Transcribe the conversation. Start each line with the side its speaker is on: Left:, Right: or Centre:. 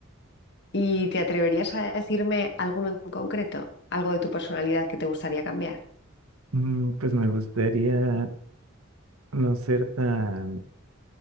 Left: ¿Y te atreverías a decirme alguno en concreto? ¿Algo de tu personalidad que te gustaría cambiar?
Right: Mm, pues me gustaría no ser tan